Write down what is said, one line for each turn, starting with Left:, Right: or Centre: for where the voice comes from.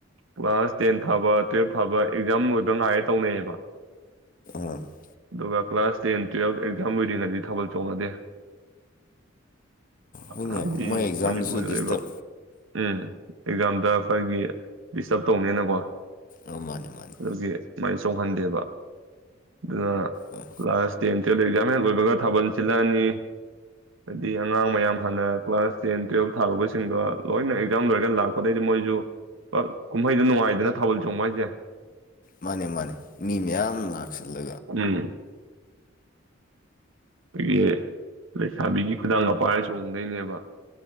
Right: ꯀ꯭ꯂꯥꯁ ꯇꯦꯟ ꯐꯥꯕ ꯇꯨꯋꯦꯜꯞ ꯐꯥꯕ ꯑꯦꯛꯖꯥꯝ ꯂꯣꯏꯕ ꯉꯥꯏꯔꯦ ꯇꯧꯅꯩꯌꯦꯕ
Left: ꯑꯥ
Right: ꯑꯗꯨꯒ ꯀ꯭ꯂꯥꯁ ꯇꯦꯟ ꯇꯨꯌꯦꯦꯜꯞ ꯑꯦꯛꯖꯥꯝ ꯂꯣꯏꯔꯤꯉꯩꯗꯤ ꯊꯥꯕꯜ ꯆꯣꯡꯉꯗꯦ
Left: ꯍꯣꯏꯅꯦ
Right: ꯍꯥꯏ
Left: ꯃꯣꯏ ꯑꯦꯛꯖꯥꯝꯗꯁꯨ
Right: ꯃꯅꯤꯄꯨꯔꯗ
Left: ꯗꯤꯁꯇꯔꯕ
Right: ꯏꯕ ꯎꯝ ꯑꯦꯛꯖꯥꯝꯗ ꯑꯩꯈꯣꯏꯒꯤ ꯗꯤꯁꯇꯔꯕ ꯇꯧꯅꯦꯅꯀꯣ
Left: ꯑꯥ ꯃꯥꯅꯦ ꯃꯥꯅꯦ
Right: ꯑꯗꯨ ꯃ ꯁꯧꯍꯟꯗꯦꯕ ꯑꯗꯨꯅ
Left: ꯑꯥ
Right: ꯀ꯭ꯂꯥꯁ ꯇꯦꯟ ꯇꯨꯌꯦꯜꯞ ꯑꯦꯛꯖꯥꯝ ꯍꯦꯛ ꯂꯣꯏꯕꯒ ꯊꯥꯕꯜ ꯁꯤꯜꯂꯛꯑꯅꯤ ꯍꯥꯏꯗꯤ ꯑꯉꯥꯡ ꯃꯌꯥꯝ ꯍꯥꯟꯅ ꯀ꯭ꯂꯥꯁ ꯇꯦꯟ ꯇꯨꯌꯦꯜꯞ ꯊꯥꯔꯨꯕꯁꯤꯡꯗꯣ ꯂꯣꯏꯅ ꯑꯦꯛꯖꯥꯝ ꯂꯣꯏꯔꯒ ꯂꯥꯛꯄꯗꯩꯗꯤ ꯃꯣꯏꯁꯨ ꯄ ꯀꯨꯝꯍꯩꯗ ꯅꯨꯡꯉꯥꯏꯗꯅ ꯊꯥꯕꯜ ꯆꯣꯡꯕ ꯍꯥꯏꯁꯦ
Left: ꯃꯥꯅꯦ ꯃꯥꯅꯦ ꯃꯤ ꯃꯌꯥꯝ ꯂꯥꯛꯁꯜꯂꯦ
Right: ꯎꯝ ꯑꯩꯈꯣꯏꯒꯤ ꯂꯩꯁꯥꯕꯤꯒꯤ ꯈꯨꯗꯥꯡ ꯑꯄꯥꯏꯔ ꯆꯣꯡꯗꯣꯏꯅꯦꯕ